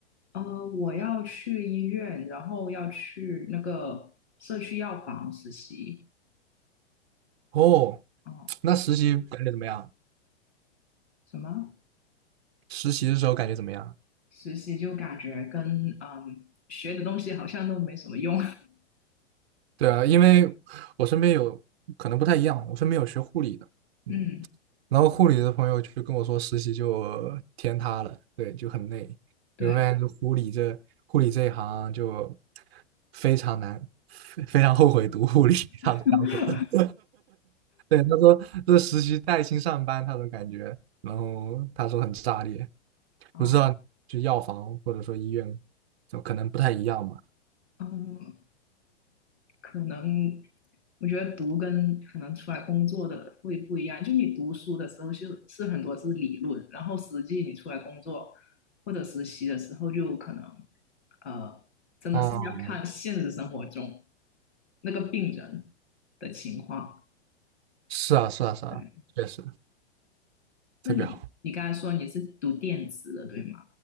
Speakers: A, on the left; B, on the right.
A: 呃，我要去医院，然后要去那个社区药房实习。
B: 哦，
A: 哦，
B: 那实习感觉怎么样？
A: 什么
B: 实习的时候感觉怎么样？
A: 实习就感觉跟嗯学的东西好像都没什么用。
B: 对啊，因为我身边有可能不太一样，我身边有学护理的，
A: <laughs>
B: 嗯，
A: 嗯，
B: 然后护理的朋友就跟我说，实习就天塌了，对，就很累。
A: 对。
B: 你会发现，就护理这护理这一行就非常难，非非常后悔读护理。<laughs> 他是这样说的
A: <laughs>
B: 对，他说这实习带薪上班，他都感觉，然后他说很炸裂，
A: 哦，
B: 不知道就药房或者说医院，就可能不太一样吧。
A: 嗯，可能我觉得读跟可能出来工作的会不一样。就你读书的时候是是很多是理论，然后实际你出来工作或者实习的时候，就可能呃，真的是要看现实生活中
B: 哦，
A: 那个病人的情况。
B: 是啊，是啊，是啊，
A: 对，
B: 确实
A: 那你你刚才说你是读电子的，
B: 特别好。
A: 对吗？